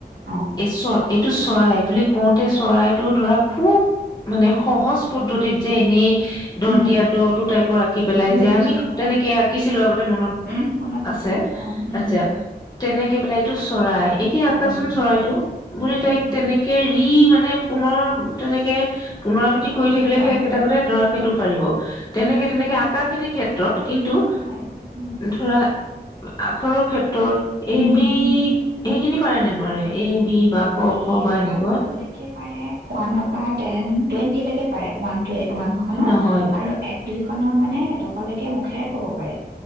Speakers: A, on the right; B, on the left.
A: অ
B: এই চ এইটো চৰাই বুলি কোতে চৰাইটো ধৰা খুব মানে সহজ পদ্ধতিত যে এনেই দন্তীয়া
A: উম
B: দটো টাইপৰ আঁকি পেলাই
A: বুজিছো
B: যে আমি তেনেকে
A: অ
B: আঁকিছিলো
A: অ
B: আগতে মনত
A: উম মনত
B: আছে।
A: অ উম
B: আচ্ছা, তেনেকে পেলাই এইটো চৰাই এতিয়া আকা
A: উম
B: চোন চৰাইটো বুলি
A: উম
B: তাইক তেনেকে ই মানে পুনৰ তেনেকে পুনৰাবৃত্তি
A: পুনৰ
B: কৰি
A: পুনৰবাৰ
B: থাকিলে সেই
A: মানে
B: একেইটা কথাই ধৰা সেইটো পাৰিব তেনেকে তেনেকে
A: এনেই
B: আকাখিনিৰ ক্ষেত্ৰত কিন্তু
A: হয় উম
B: ধৰা আখৰৰ ক্ষেত্ৰ ত
A: উম
B: এইবি সেইখিনি পাৰে নে নোৱাৰে এ বি বা ক
A: এৰ
B: খ বা
A: পৰা
B: এনেকুৱা
A: জেডলৈকে পাৰে ওৱানৰ পৰা টেন টুৱেন্টি লৈকে পাৰে ৱান টট ওৱান খনত
B: নহয়
A: আৰু এক দুই <unintelligible> খনৰ মানে দহলেকে মুখেৰে কব পাৰে